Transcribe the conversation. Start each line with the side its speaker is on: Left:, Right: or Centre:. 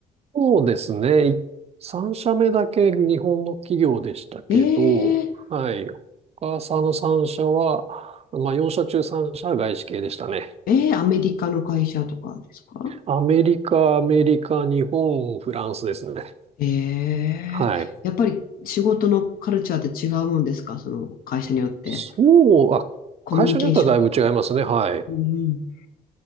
Right: そうですね。い3社目だけ日本の企業でしたけど、
Left: えー、
Right: はい。他さんの3社は、まあ4社中3社は外資系でしたね。
Left: えー、アメリカの会社とかですか
Right: アメリカ、アメリカ、日本、フランスですね。
Left: えー、
Right: はい。
Left: やっぱり仕事のカルチャーって違うもんですかその会社によって。
Right: そう、あ、
Left: コミュニケーションとか。
Right: 会社によってはだいぶ違いますね。はい。
Left: うん